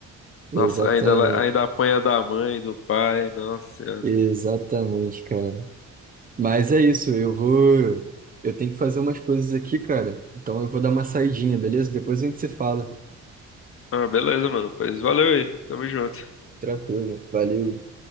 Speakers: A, on the right; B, on the left.
A: Exatamente.
B: Nossa, ainda, lá- ainda apanha da mãe, do pai, nossa senhora.
A: Exatamente, cara. Mas é isso, eu vou. Eu tenho que fazer umas coisas aqui, cara. Então eu vou dar uma saidinha, beleza? Depois a gente se fala.
B: Ah, beleza, mano. Pois valeu aí. Tamo junto.
A: Tranquilo. Valeu.